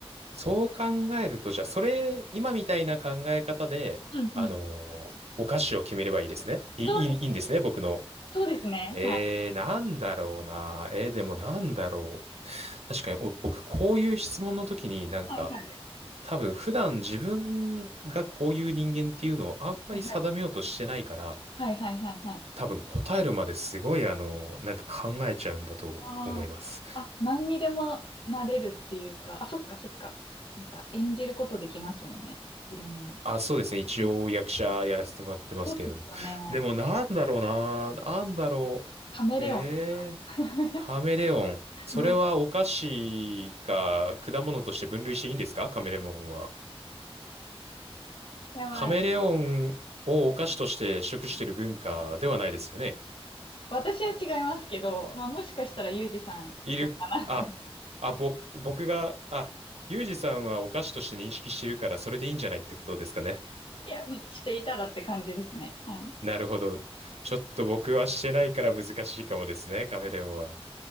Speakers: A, on the right; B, on the left.
A: そう考えると、じゃあ、それ、今みたいな考え方で、
B: うんうん。
A: あのーお菓子を決めればいいですね。いい、
B: そう、
A: いいいいんですね、僕の。
B: そうですね。
A: えー、
B: はい。
A: なんだろうな。えー、でもなんだろう。確かに、お僕、こういう質問の時になんか、
B: はいはい。
A: 多分、普段自分がこういう人間っていうのをあんまり定めようとしてないから、
B: はいはい。はいはいはいはいはいはいはい
A: 多分答えるまですごい、あのなんか考えちゃうんだと思います。
B: ああ。あ、何にでもなれるっていうか、あ、そっかそっか。なんか演じることできますもんね。いろんな。
A: あ、そうですね。一応役者やらせてもらってますけれども。
B: うんそうですよね。
A: でもなんだろうな。なんだろ
B: カメレオン。
A: う。えー、
B: <laughs>
A: カメレオン。それはお菓子か果物として分類していいんですかカメレオンは。
B: どういやまあ、
A: カメレオンをお菓子として食してる文化ではないですよね。
B: 私は違いますけど、まあもしかしたらユージさんどうかなと。
A: いる、あ、あ、ぼ、僕が、あ、ユージさんはお菓子として認識してるからそれでいいんじゃないってことですかね。
B: いや、していたらって感じですね。はい。
A: なるほど。ちょっと僕はしてないから難しいかもですね、カメレオンは。